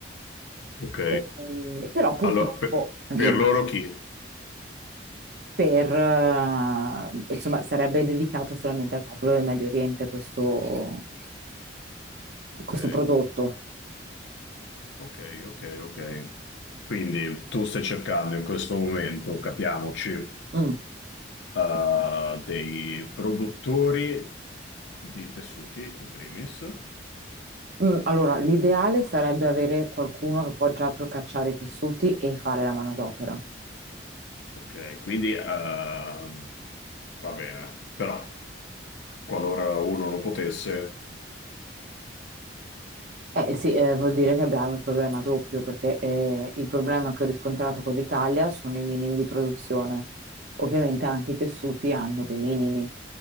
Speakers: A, on the left (about 75°); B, on the right (about 55°).
A: ok.
B: E- però purtroppo,
A: Allora, per,
B: dimmi
A: per loro chi?
B: per, eh, insomma, sarebbe dedicato solamente al popolo del Medio Oriente questo,
A: Ok,
B: questo prodotto.
A: ok, ok, ok. Quindi tu stai cercando in questo momento, capiamoci,
B: Mm.
A: eh, dei produttori di tessuti, in primis.
B: Mm, Allora, l'ideale sarebbe avere qualcuno che può già procacciare i tessuti e fare la manodopera.
A: Ok, quindi eh, va bene, però qualora uno non potesse.
B: Eh sì, eh, vuol dire che abbiamo il problema doppio, perché eh, il problema che ho riscontrato con l'Italia sono i minimi di produzione. Ovviamente anche i tessuti hanno dei minimi.